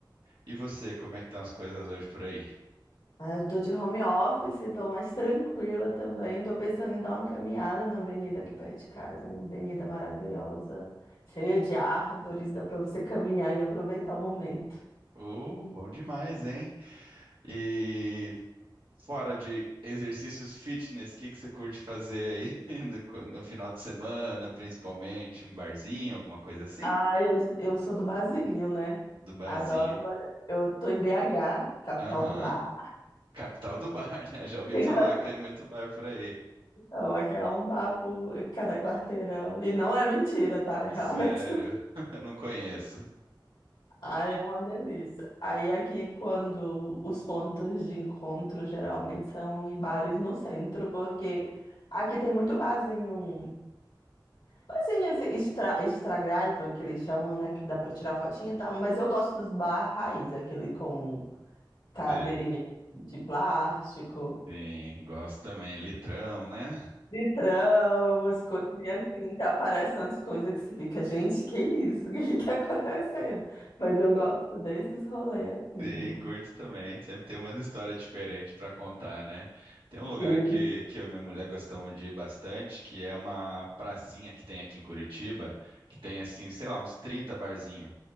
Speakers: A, on the right; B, on the left.
A: E você, como é que estão as coisas hoje por aí?
B: Ah, eu tô de home office, tô mais tranquila também. Tô pensando em dar uma caminhada na avenida aqui perto de casa, uma avenida maravilhosa, cheia de árvores, dá pra você caminhar e aproveitar o momento.
A: Uh, bom demais, hein? E fora de exercícios fitness, o que que você curte fazer aí <laughs> no no final de semana, principalmente um barzinho, alguma coisa assim?
B: Ah, eu, eu sou do barzinho, né?
A: Do barzinho.
B: Adoro um bar. Eu tô em BH, capital
A: Aham.
B: do bar.
A: Capital do bar, né? Já ouvi
B: <laughs>
A: falar que tem muito bar por aí.
B: Não, aqui é um bar por cada quarteirão. E não é mentira, tá? É realmente.
A: Sério, <laughs> eu não conheço.
B: Ai, é uma delícia. Aí aqui, quando os pontos de encontro geralmente são em bares no centro, porque aqui tem muito barzinho, barzinho assim, extra, extra graiva, que eles chamam, né, que dá pra tirar fotinha e tal, mas eu gosto dos bar raiz, aquele com cadeirinha
A: Sim,
B: de plástico,
A: sim, gosto também. Litrão, né?
B: litrão, umas coisinhas assim, que aparecem umas coisas que você fica, gente, que isso? <laughs> O que que tá acontecendo? Mas eu gosto desses rolês, assim,
A: Sim,
B: de...
A: curto também. Sempre tem umas histórias diferentes para contar, né? Tem um lugar
B: Sim.
A: que, que eu e minha mulher gostamos de ir bastante, que é uma pracinha que tem aqui em Curitiba, que tem assim, sei lá, uns 30 barzinhos.